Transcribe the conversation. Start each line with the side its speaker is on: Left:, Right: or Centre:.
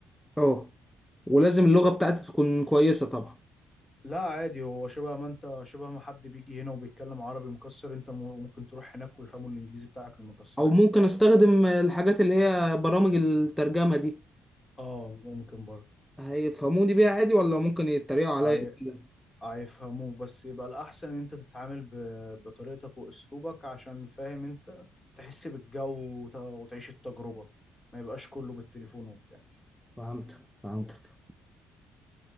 Centre: اه ولازم اللغة بتاعتي تكون كويسة طبعا
Left: لا عادي هو شبه ما انت شبه ما حد بيجي هنا وبيتكلم عربي مكسر انت م- ممكن تروح هناك ويفهموا الانجليزي بتاعك المكسر
Centre: او
Left: عادي
Centre: ممكن استخدم الحاجات اللي هي برامج الترجمة دي
Left: اه ممكن برضه
Centre: هيفهموني بيها عادي ولا ممكن يتريقوا عليا
Left: هي-
Centre: كده
Left: هيفهموك بس يبقى الاحسن ان انت تتعامل ب... بطريقتك واسلوبك عشان فاهم انت تحس بالجو وت... وتعيش التجربة ما يبقاش كله بالتليفون وبتاع
Centre: فهمتك فهمتك